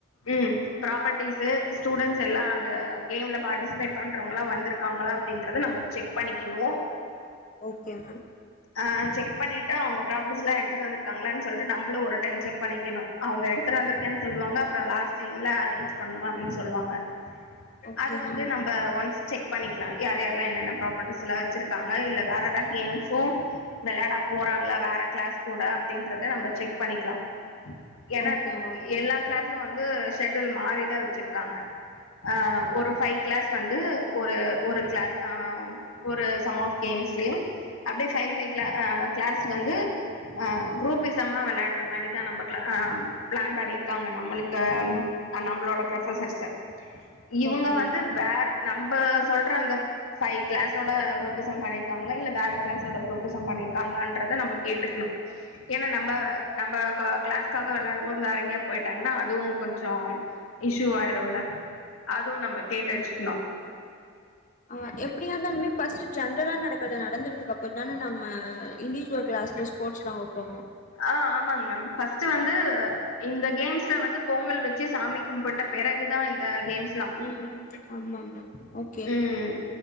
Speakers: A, on the left (about 80°); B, on the left (about 35°).
A: ம் ப்ராப்பர்ட்டிசூ ஸ்டூடண்ஸ் எல்லாம் அந்த கேம்ல பார்ட்டிசிபேட் பண்றவங்கலாம் வந்திருக்காங்களா அப்டின்றத நம்ம செக் பண்ணிக்கணும்
B: ஓகே மேம்
A: ஆஹ் செக் பண்ணிட்டு அவங்க பராப் பர்ட்டீஸ்லாம் எடுத்துட்டு வந்திருக்கானு சொல்லிட்டு நம்புளும் ஒரு டைம் செக் பண்ணிக்கணு அவங்க எடுத் எடுத்துட்டு வந்துருக்கேனு சொல்லுவாங்க அப்புறம் லாஸ்ட் எல்லாம் அரேஞ் பண்ணும் அப்படின்னு சொல்லுவாங்க
B: ஓகே
A: அது வந்து
B: மேம்
A: நம்ம ஒன்ஸ் செக் பண்ணி லாம் யார் யாரல்லாம் என்னென்ன ப்ராப்பர்ட்டிஸ் எல்லாம் வச்சிருக்காங்க இல்ல வேற ஏதாவ கேம்ஸும் விளையாடா போறாங்களா வேற கிளாஸ் கூட அப்படின்றத நம்ம செக் பண்ணிக்கலாம் என்னன்ன
B: ஓகே மேம்
A: எல்லா கிளாஸ் ஆன் வந்து ஷெட்யுல் மாறி தா வச்சிருக்காங்க ஆ ஒரு பைவ் கிளாஸ் வந்து ஒரு கிளா ஒரு சம் ஆஃப் கேம்ஸ்லயு அப்டியே பைவ் பைவ் க்ள கிளாஸு வந்து குரூப் மா வெளாட்ற மாரிதா நம்ப பிளான் பண்ணிருக்காங்க நம்ளுக் நம்ளோட ப்ரோபோசர்ஸு இவங்க
B: ஓகே
A: வந்து வேற நம்ப சொல்ற அந்த பைவ் கிளாஸோட ரொடேசன் பண்ணி க்காங்கலா இல்ல வேற கிளாஸ்ஓட ரொட்டேஷன் பண்ணிருக்காங்களான்றத நம்ப கேட்டுக்குனு ஏன்னா நம்ப நம்ப க கிளாஸ்காக வெளாடும் போது வேற எங்கயா பொயிட்டாங்கன்னா அது அதுவும் கொஞ்ஜோ இஷூ ஆய்டுல அது துவு நம்ப கேட்டு
B: ஆ
A: வெச்சுக்கணு
B: ஆ எப்டியா இருந்தாலுமே பர்ஸ்ட்டு ஜென்ரலா நடக் அது நடந்தரதுக்கு அப்றோ தானே நம்ப இண்டிவிஜுவல் கிளாஸ்ல ஸ்போர்ட்ஸ்லா வப்போ
A: ஆ ஆமாங்க மேம் ஃபர்ஸ்ட்டு வந்து இந்த கேம்ஸ்ல வந்து பொங்கல் வெச் சி சாமி கும்பிட்ட பெறகு தா தா இந்த கேம்ஸ்லா
B: ம் ஆமாமா ஓகே
A: ம்